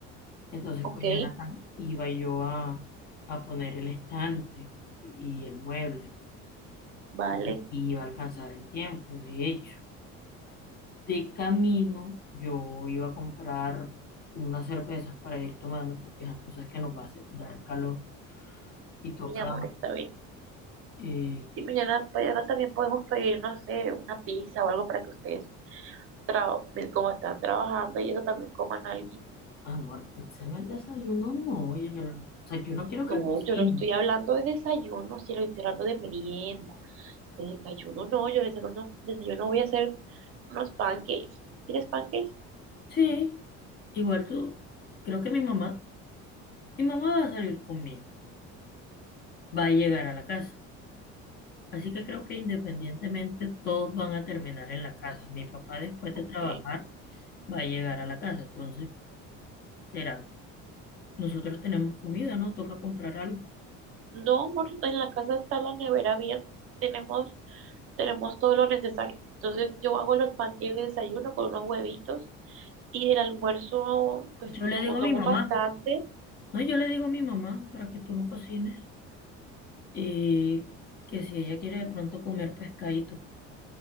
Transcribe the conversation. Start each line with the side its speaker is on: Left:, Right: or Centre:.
Left: Entonces
Right: ¿ok?
Left: con Jonathan iba yo a, a poner el estante y el mueble.
Right: Vale,
Left: Entonces iba a alcanzar el tiempo, de hecho. De camino yo iba a comprar unas cervezas para ir tomando, porque ya tú sabes que nos va a hacer- dar calor y toca
Right: mi amor, está bien.
Left: eh,
Right: Si mañana, mañana también podemos pedir, no sé, una pizza o algo para que ustedes, tra- como están trabajando y eso, también coman algo.
Left: Amor, pizza en el desayuno no, y en el, o sea, yo no quiero
Right: No,
Left: que cocines,
Right: yo no estoy hablando de desayuno, sino estoy hablando de merienda. De desayuno no, yo de desayuno, desayuno voy a hacer unos pancakes. ¿Quieres pancakes?
Left: Sí, igual tú, creo que mi mamá, mi mamá va a salir conmigo, va a llegar a la casa. Así que creo que independientemente todos van a terminar en la casa. Mi papá después
Right: Ok.
Left: de trabajar va a llegar a la casa. Entonces, será, nosotros tenemos comida, ¿no? Toca comprar algo.
Right: No, amor, en la casa está la nevera bien. Tenemos, tenemos todo lo necesario. Entonces yo hago los pancakes de desayuno con unos huevitos y del almuerzo, pues
Left: Yo le
Right: como
Left: digo
Right: somos
Left: a mi mamá,
Right: bastantes.
Left: no, yo le digo a mi mamá para que tú no cocines y que si ella quiere de pronto comer pescadito,